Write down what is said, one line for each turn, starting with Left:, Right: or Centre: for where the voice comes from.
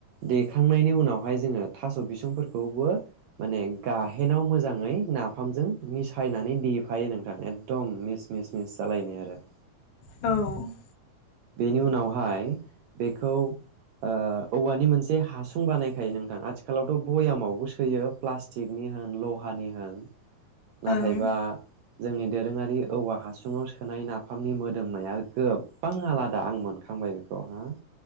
Right: देखांनायनि उनावहाय जोङो थास' बिसंफोरखौबो माने गाहेनाव मोजाङै नाफामजों मिसायनानै देफायो नोंथां एकदम मिस मिस मिस जालायनाय आरो।
Left: औ
Right: बेनि उनावहाय बेखौ ओ औवानि मोनसे हासुं बानायखायो नोंथां आथिखालावथ' भयामावबो सोयो प्लास्टिकनि होन लहानि होन। नाथायबा
Left: औ ओं
Right: जोंनि दोरोङारि औवा हासुङाव सोनाय नाफामनि मोदोमनाया गोब गोबां आलादा आं मोनखांबाय बेखौ हा